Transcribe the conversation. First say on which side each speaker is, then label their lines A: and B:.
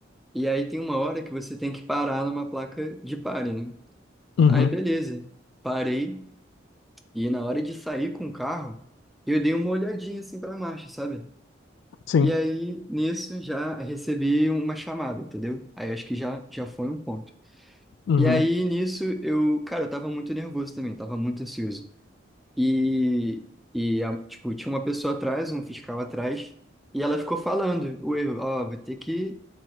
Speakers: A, in the centre; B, on the left (about 70°).
A: E aí tem uma hora que você tem que parar numa placa de pare, né?
B: uhum,
A: Aí beleza. Parei e na hora de sair com o carro, eu dei uma olhadinha assim pra marcha, sabe?
B: sim,
A: E aí nisso já recebi uma chamada, entendeu? Aí acho que já já foi um ponto.
B: uhum,
A: E aí nisso eu, cara, eu tava muito nervoso também, tava muito ansioso. E, e a- tipo, tinha uma pessoa atrás, um fiscal atrás, e ela ficou falando o erro, ó, vou ter que,